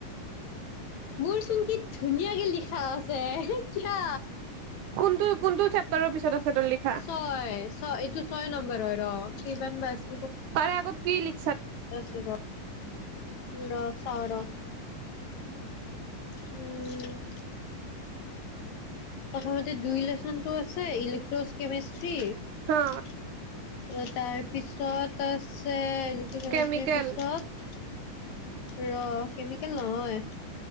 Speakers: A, on the left; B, on the right.
A: মোৰ চোন কি ধুনীয়াকে লিখা আছে। কিয়া
B: কোনটো কোনটো চেপ্তাৰৰ পিছত আছে তোৰ লিখা
A: ছয় ছয় এইটো ছয় নম্বৰ হয়। ৰ কিমান বা আছে।
B: তাৰে আগত কি লি
A: দেখাইছো ৰ, চাওঁ ৰ উম' প্ৰথমতে দুই ল্যচনটো আছে। ইলেক্ট্ৰচ কেমিষ্ট্ৰি
B: হা
A: তাৰপিছত আছে ইলেক্ট্ৰিচ কেমেষ্টীৰ
B: কেমিকেল
A: পিছত ৰ কেমিকেল নহয়